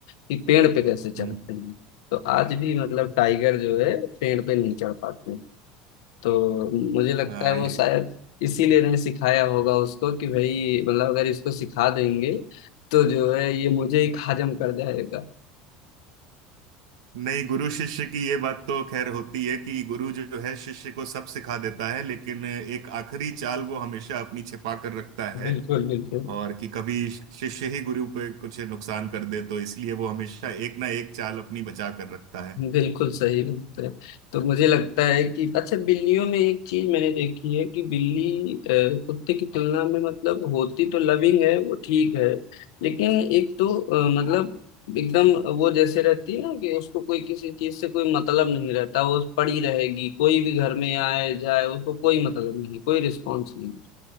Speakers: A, on the left; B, on the right.
A: कि पेड़ पे कैसे चढ़ते
B: हम्म
A: हैं तो आज भी मतलब टाइगर जो है पेड़ पे नहीं चढ़ पाते हैं। तो मुझे लगता
B: हाँ
A: है वो
B: ये
A: शायद इसीलिए नहीं सिखाया होगा उसको कि भाई मतलब अगर इसको सिखा देंगे तो जो है ये मुझे ही हजम कर जाएगा
B: नहीं गुरु शिष्य की ये बात तो खैर होती है कि गुरु जो है शिष्य को सब सिखा देता है लेकिन एक आखिरी चाल वो हमेशा अपनी छिपा कर रखता है
A: बिल्कुल बिल्कुल
B: और कि कभी शिष्य ही गुरु पे कुछ नुकसान कर दे तो इसलिए वो हमेशा एक ना एक चाल अपनी बचा कर रखता है
A: बिल्कुल सही बात है तो मुझे लगता है कि अच्छा बिल्लियों में एक चीज मैंने देखी है कि बिल्ली अ, कुत्ते की तुलना में मतलब होती तो लविंग है वो ठीक है लेकिन एक तो अ, मतलब एकदम वो जैसे रहती है ना कि उसको कोई किसी चीज से कोई मतलब नहीं रहता वो पड़ी रहेगी कोई भी घर में आए जाए उसको कोई मतलब नहीं कोई रिस्पॉन्स नहीं